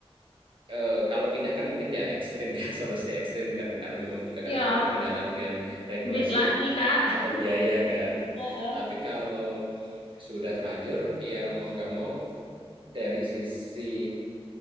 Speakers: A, on the right (about 55°); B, on the left (about 70°).
A: Eh, kalau pindah kan mungkin ya ekstrim ya <laughs> solo stay ekstrim kan karena memang juga kadang-kadang
B: Ya,
A: terkendala dengan regulasi
B: duit lagi Kak.
A: atau biaya kan
B: <laughs> Heeh.
A: tapi kalau sudah terlanjur ya mau nggak mau dari sisi